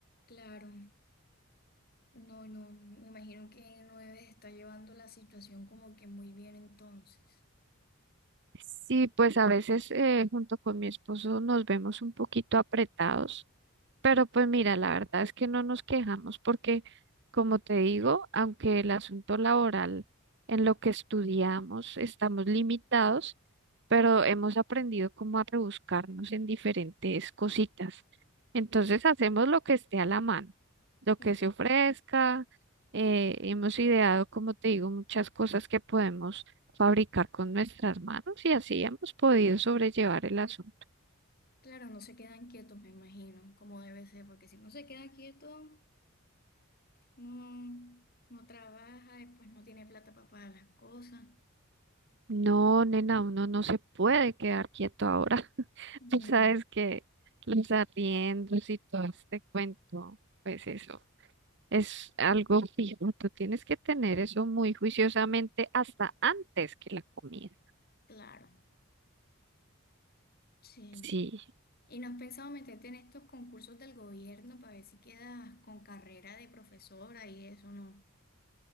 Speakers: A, on the left; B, on the right.
A: Claro. No, no, me imagino que no debes estar llevando la situación como que muy bien entonces.
B: Sí, pues a veces eh, junto con mi esposo nos vemos un poquito apretados Pero pues mira, la verdad es que no nos quejamos porque, como te digo, aunque el asunto laboral en lo que estudiamos estamos limitados, pero hemos aprendido cómo a rebuscarnos en diferentes cositas. Entonces hacemos lo que esté a la mano, lo
A: Claro,
B: que se ofrezca. eh, hemos ideado, como te digo, muchas cosas que podemos fabricar con nuestras manos y así hemos podido sobrellevar el asunto.
A: claro, no se quedan quietos, me imagino, como debe ser, porque si uno se queda quieto, no, no trabaja, después no tiene plata para pagar las cosas.
B: No, nena, uno no se puede quedar quieto ahora. <laughs>
A: No,
B: Tú sabes que los arriendos y todo este cuento, pues eso es algo fijo. Tú tienes que tener eso muy juiciosamente hasta antes que la comida.
A: claro, sí.
B: Sí,
A: ¿Y no has pensado meterte en estos concursos del gobierno para ver si quedas con carrera de profesora y eso, no?